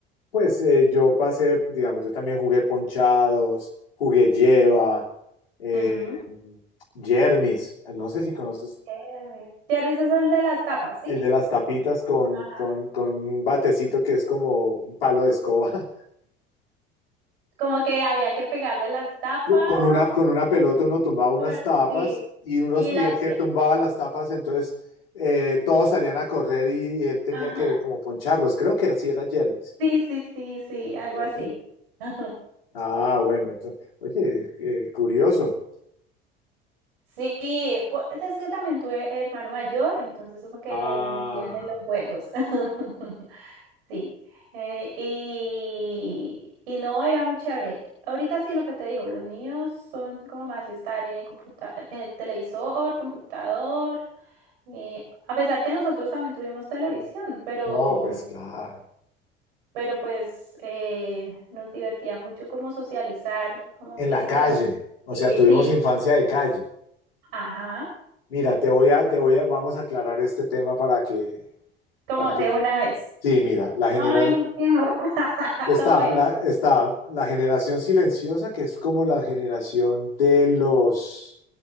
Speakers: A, on the left; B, on the right.
A: pues eh, yo pasé, digamos, yo también jugué ponchados, jugué lleva, eh,
B: Ujú.
A: Jermis, no sé si conoces
B: Kermis. Kermis es el de las tapas, ¿sí?
A: el de las tapitas con,
B: Ajá.
A: con, con un batecito que es como un palo de escoba.
B: Como que había que pegarle a las tapas.
A: co- con una, con una pelota uno tumbaba unas
B: con-
A: tapas
B: Sí.
A: y, unos,
B: Y
A: y
B: la...
A: el que
B: que-
A: tumbaba las tapas, entonces eh, todos salían a correr y, y él tenía
B: Ajá.
A: que como poncharlos. Creo que así era Jermis,
B: Sí, sí, sí, sí, algo
A: ¿cierto?
B: así. Ajá.
A: Ah, bueno, entonces, oye, eh, curioso.
B: Sí, po- es que también tuve hermano mayor, entonces como que
A: Ah,
B: me metían en los juegos. <laughs> Sí, eh, y, y no era muy chévere. Ahorita sí lo que te digo, los niños son como más de estar en el computa- en el televisor, computador, eh, a pesar que nosotros también tuvimos televisión, pero,
A: no, pues claro.
B: pero pues eh, nos divertía mucho como socializar, como
A: En
B: físicamente.
A: la calle, o
B: Sí,
A: sea, tuvimos
B: sí,
A: infancia de calle.
B: ajá,
A: Mira, te voy a, te voy a, vamos a aclarar este tema para que,
B: como
A: para que,
B: de una vez.
A: sí, mira, la generación,
B: Ay, no, qué horror. <laughs>
A: Está
B: ¿Cómo es?
A: la, está la generación silenciosa, que es como la generación de los,